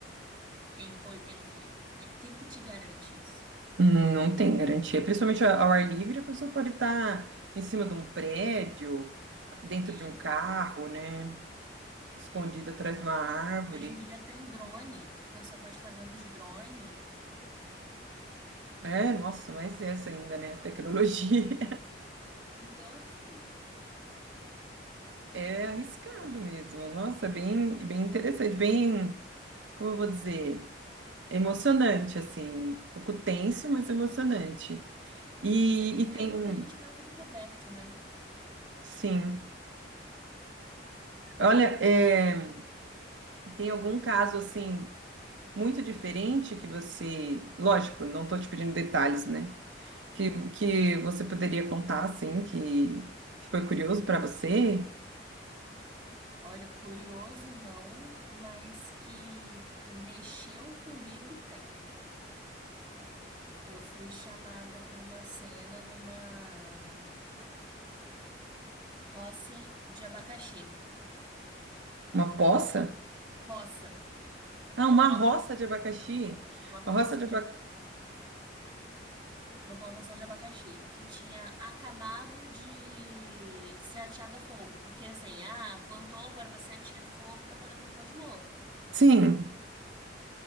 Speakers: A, on the right (about 25°); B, on the right (about 80°).
A: quem foi e quem não foi? Que- Quem que te garante isso?
B: Hum, Não tem garantia. Principalmente a- ao ar livre, a pessoa pode estar em cima de um prédio, dentro
A: Sim.
B: de um carro, né? Escondida atrás de uma árvore.
A: Hoje em dia tem drone, a pessoa pode estar vendo de drone.
B: É, nossa, mas essa ainda, né? A tecnologia
A: Então, assim,
B: <laughs> é arriscado mesmo. Nossa, bem, bem interessante, bem, como eu vou dizer, emocionante, assim. Um pouco tenso, mas emocionante. E,
A: se- mesmo
B: e tem, um,
A: que a gente vá tudo coberto, né?
B: sim. Olha, é, tem algum caso assim. muito diferente que você, lógico, não tô te pedindo detalhes, né? Que, que você poderia contar assim que que foi curioso para você?
A: Olha, curioso não, mas que mexeu comigo tem. Eu fui chamada para uma cena numa roça de abacaxi.
B: Uma poça?
A: Roça,
B: Ah,
A: uma
B: uma
A: planta,
B: roça de abacaxi.
A: uma plantação
B: A roça de abacaxi.
A: de uma plantação de abacaxi que tinha acabado de ser ateada a fogo, porque assim, ah, plantou, agora você atia fogo para poder plantar de novo.
B: Sim.